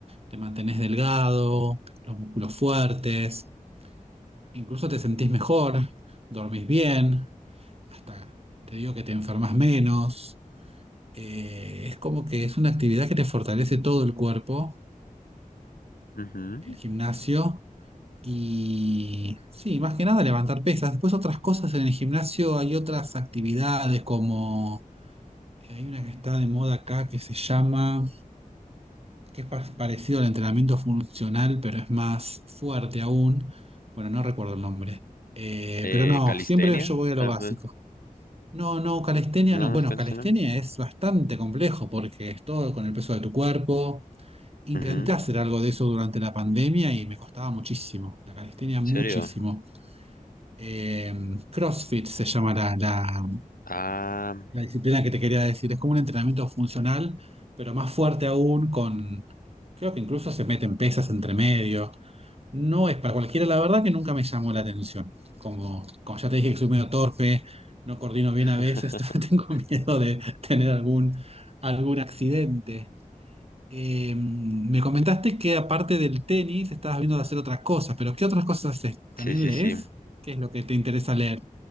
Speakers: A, on the right; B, on the left.
A: Te mantenés delgado, los músculos fuertes, incluso te sentís mejor, dormís bien, hasta te digo que te enfermas menos. Eh, es como que es una actividad que te fortalece todo el cuerpo,
B: Ujú.
A: el gimnasio, y sí, más que nada levantar pesas. Después otras cosas en el gimnasio, hay otras actividades como Hay una que está de moda acá que se llama, que es pa- parecido al entrenamiento funcional, pero es más fuerte aún. Bueno, no recuerdo el nombre. Eh,
B: Eh,
A: pero no,
B: calistenia,
A: siempre yo voy a lo
B: tal
A: básico.
B: vez.
A: No, no, calistenia
B: No,
A: no.
B: no
A: Bueno,
B: es calistenia.
A: calistenia es bastante complejo porque es todo con el peso de tu cuerpo. Intenté
B: Ujú.
A: hacer
B: ¿En
A: algo de eso durante la pandemia y me costaba muchísimo. La calistenia
B: serio?
A: muchísimo. Eh, CrossFit se llama la la,
B: Ah,
A: La disciplina que te quería decir, es como un entrenamiento funcional, pero más fuerte aún con, creo que incluso se meten pesas entre medio. No es para cualquiera, la verdad que nunca me llamó la atención. Como, como ya te dije que soy medio torpe, no coordino bien
B: <laughs>
A: a veces, <laughs> entonces tengo miedo de tener algún, algún accidente. Eh, me comentaste que aparte del tenis estabas viendo de hacer otras cosas, pero ¿qué otras cosas haces? ¿También
B: sí, sí,
A: lees?
B: sí.
A: ¿Qué es lo que te interesa leer?